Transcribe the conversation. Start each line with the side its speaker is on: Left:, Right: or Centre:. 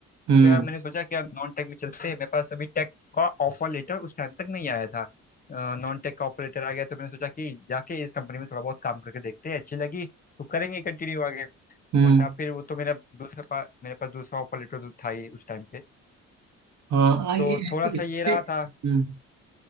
Right: हम्म
Left: तो यार मैंने सोचा कि यार नॉन टेक में चलते हैं मेरे पास अभी टेक का ऑफर लेटर उस टाइम तक नहीं आया था नॉन टेक का ऑफर लेटर आ गया तो मैंने सोचा कि जाके इस कंपनी में थोड़ा बहुत काम करके देखते हैं अच्छी लगी तो करेंगे कंटिन्यू आगे
Right: हम्म
Left: वरना फिर वो तो मेरा दूसरा पा, मेरे पास दूसरा ऑफर लेटर था ही उस टाइम पे
Right: हाँ आ, ये
Left: तो थोड़ा
Right: इससे
Left: सा ये रहा
Right: हम्म
Left: था